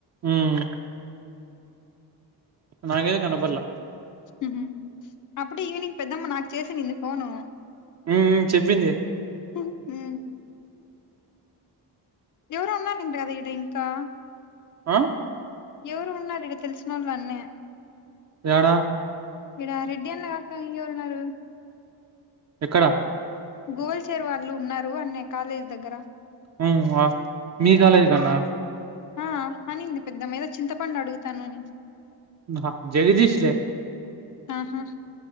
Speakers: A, on the right; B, on the left.
A: ఉమ్ నాకైతే కనపల్లా
B: హు హు అప్పుడే ఈవినింగ్ పెద్దమ్మ నాకు చేసి నింది ఫోను
A: ఉం ఉ చెప్పింది
B: హ్మ్. ఎవరు ఉన్నారండి ఈడ ఇంకా
A: ఆ?
B: ఎవరు ఉన్నారు ఇగ తెలిసినోళ్ళు అన్నే
A: యాడ?
B: ఈడ రెడ్డీ గాక ఇంగెవ రున్నారు?
A: ఎక్కడ?
B: గోల్డ్ చెరువు వాళ్ళు ఉన్నేరు అన్న కాలేజీ దగ్గర
A: ఉం వా మీ కాలేజ్ కాన్నా?
B: ఆ అనింది పెద్దమేదో చింతపండు అడుగుతాను అని
A: ఆహా జగదీశ్ లే
B: ఆహా